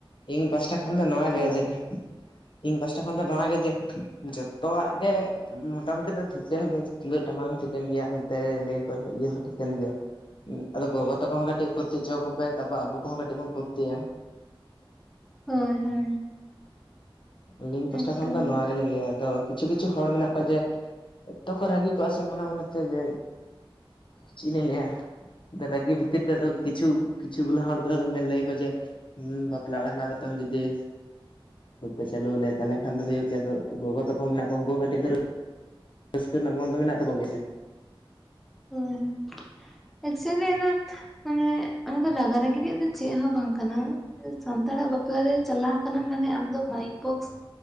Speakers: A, on the left; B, in the centre.
A: ᱤᱧ ᱯᱟᱥᱴᱟ ᱠᱷᱚᱱ ᱫᱚ ᱱᱚᱣᱟ
B: ᱛᱚ
A: ᱜᱮ ᱡᱮ ᱤᱧ ᱯᱟᱥᱴᱟ ᱠᱷᱚᱱ ᱫᱚ ᱱᱚᱣᱟ ᱜᱮ ᱡᱮ ᱡᱚᱛᱚᱣᱟᱜ ᱜᱮ ᱢᱚᱴᱟ ᱢᱩᱴᱤ ᱫᱚ ᱴᱷᱤᱠᱟᱹᱱ ᱜᱮᱭᱟ ᱛᱩᱢᱫᱟᱹᱜ ᱴᱟᱢᱟᱠ ᱦᱚᱸ ᱴᱷᱤᱠᱟᱹᱱ ᱜᱮᱭᱟ ᱱᱚᱛᱮ ᱞᱟᱹᱭᱟᱠᱚ ᱤᱭᱟᱹ ᱦᱚᱸ ᱴᱷᱤᱠᱟᱹᱱ ᱜᱮᱭᱟ ᱟᱫᱚ ᱜᱚᱜᱚ ᱛᱟᱠᱚ ᱦᱚᱸ ᱠᱟᱹᱴᱤᱡ ᱯᱷᱩᱨᱛᱤ ᱦᱚᱪᱚᱣᱟ ᱠᱚᱯᱮ ᱛᱟᱯᱚᱨ ᱟᱵᱚ ᱠᱚᱦᱚᱸ ᱠᱟᱹᱴᱤᱡ ᱵᱚᱱ ᱯᱷᱩᱨᱛᱤᱭᱟ
B: ᱦᱳᱭ ᱦᱳᱭ
A: ᱟᱹᱞᱤᱧ
B: ᱦᱳᱭᱛᱚ
A: ᱯᱟᱥᱴᱟ ᱠᱷᱚᱱ ᱫᱚ ᱱᱚᱣᱟ ᱜᱮᱞᱤᱧ ᱞᱟᱹᱭᱟ ᱟᱫᱚ ᱠᱤᱪᱷᱩ ᱠᱤᱪᱷᱩ ᱦᱚᱲ ᱢᱮᱱᱟᱜ ᱠᱚᱣᱟ ᱡᱮ ᱮᱛᱛᱚ ᱠᱚ ᱨᱟᱹᱜᱤ ᱠᱚᱜᱼᱟ ᱥᱮ ᱢᱚᱱᱮ ᱢᱚᱱᱮ ᱛᱮ ᱡᱮ ᱪᱮᱫ ᱞᱤᱧ ᱞᱟᱹᱭᱟ ᱫᱚ ᱨᱟᱹᱜᱤ ᱵᱷᱤᱛᱤᱨ ᱛᱮᱫᱚ ᱠᱤᱪᱷᱩ ᱠᱤᱪᱷᱩ ᱜᱩᱞᱟ ᱦᱚᱲ ᱫᱚ ᱫᱚᱢᱮ ᱞᱟᱹᱭ ᱟᱠᱚ ᱡᱮ ᱦᱩᱸ ᱵᱟᱯᱞᱟ ᱚᱲᱟᱜ ᱦᱮᱞᱟᱣ ᱠᱟᱛᱮᱜ ᱦᱚᱸ ᱡᱩᱫᱤ <inaudible> ᱪᱟᱹᱞᱩ ᱟᱞᱭᱟ ᱛᱚᱞᱦᱮ ᱠᱷᱟᱱ ᱫᱚ ᱦᱳᱭᱳᱜ ᱠᱷᱟᱡ ᱫᱚ ᱜᱚᱜᱚ ᱛᱚᱠᱷ ᱢᱮᱱᱟᱜ ᱠᱚ ᱩᱱ ᱠᱟᱹᱴᱤᱡ ᱨᱟᱹᱥᱠᱟᱹ ᱨᱮᱱᱟᱜ ᱢᱚᱱ ᱫᱚ ᱢᱮᱱᱟᱜ ᱛᱟᱠᱚ ᱜᱮᱭᱟ ᱥᱮ
B: ᱦᱮᱸ ᱦᱮᱸ ᱮᱠᱪᱚᱞᱤ ᱢᱟᱱᱮ ᱚᱱᱟ ᱫᱚ ᱨᱟᱜᱟ ᱨᱟᱹᱜᱤ ᱨᱮᱭᱟᱜ ᱫᱚ ᱪᱮᱫ ᱦᱚᱸ ᱵᱟᱝ ᱠᱟᱱᱟ ᱥᱟᱱᱛᱟᱲᱟᱜ ᱵᱟᱯᱞᱟ ᱨᱮ ᱪᱟᱞᱟᱣ ᱠᱟᱱᱟᱢ ᱢᱟᱱᱮ ᱟᱢ ᱫᱚ ᱢᱟᱭᱤᱠ ᱵᱚᱠᱥ